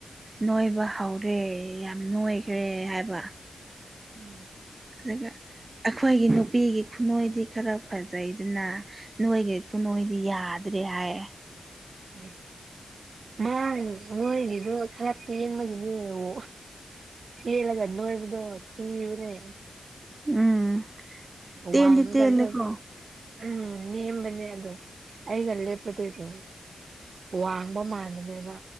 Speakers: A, on the right; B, on the right.
A: ꯅꯣꯏꯕ ꯍꯧꯔꯦ ꯌꯥꯝ ꯅꯣꯏꯈ꯭ꯔꯦ ꯍꯥꯏꯕ
B: ꯎꯝ
A: ꯑꯗꯨꯒ ꯑꯩꯈꯣꯏꯒꯤ ꯅꯨꯄꯤꯒꯤ ꯈꯨꯅꯏꯗꯤ ꯈꯔ ꯐꯖꯩꯗꯅ ꯅꯣꯏꯚꯤ ꯈꯨꯅꯣꯏꯗꯤ ꯌꯥꯗ꯭ꯔꯦ ꯍꯥꯏꯌꯦ
B: ꯑꯦ ꯃꯥ ꯅꯣꯏꯒꯤꯗꯨ ꯈꯔ ꯇꯦꯟꯕꯒꯤꯅꯦ ꯑꯣ ꯇꯦꯜꯂꯒ ꯅꯣꯏꯕꯗꯣ ꯊꯤꯕꯅꯦ
A: ꯎꯝ ꯇꯦꯟꯗꯤ
B: ꯋꯥꯡꯉꯒ
A: ꯇꯦꯟꯂꯦ
B: ꯅꯣꯏꯕ
A: ꯀꯣ
B: ꯎꯝ ꯅꯦꯝꯕꯅꯦ ꯑꯗꯣ ꯑꯩꯒ ꯂꯦꯞꯄꯗꯣ ꯎꯝ ꯋꯥꯡꯕ ꯃꯥꯟꯕꯅꯦꯕ